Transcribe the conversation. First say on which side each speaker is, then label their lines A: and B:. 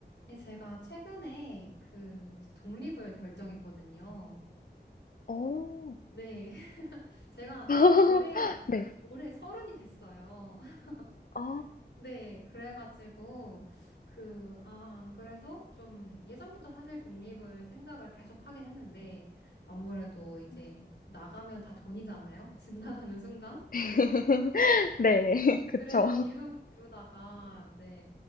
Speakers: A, on the left; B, on the left.
A: 네, 제가 최근에 그 이제 독립을 결정했거든요.
B: 어.
A: 네, <laughs> 제가
B: <laughs>
A: 딱 올해,
B: 네.
A: 올해 서른이 됐어요. <laughs>
B: 아.
A: 네, 그래가지고 그, 아, 안 그래도 좀 예전부터 사실 독립을 생각을 계속 하긴 했는데 아무래도 이제
B: 음.
A: 나가면 다 돈이잖아요. <laughs> 집 나가는 순간.
B: <laughs> 네. <laughs> 그쵸.
A: 그래서 미루고 미루다가 이제